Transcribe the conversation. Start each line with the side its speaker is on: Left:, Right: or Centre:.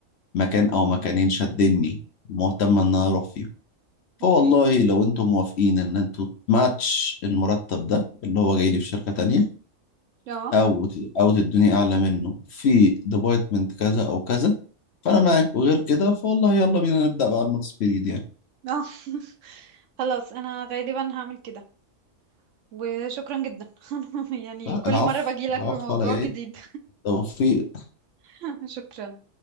Left: مكان او مكانين شدني مهتمة ان انا اروح فيهم فوالله
Right: اوكي
Left: لو انتم موافقين ان انتوا تماتش المرتب ده اللي هو جاي لي في شركة تانية
Right: اه
Left: او ت- او تدوني اعلى منه في ديبارتمنت كذا او كذا فانا معاك وغير كده فوالله يلا بينا نبدأ بقى الماكس بيريد يعني
Right: اه <laughs> خلاص انا غالبا هعمل كده وشكرا جدا <laughs> يعني
Left: لا
Right: كل
Left: العفو
Right: مرة باجي لك
Left: العفو
Right: بموضوع
Left: على ايه
Right: جديد
Left: توفيق
Right: <laughs> شكرا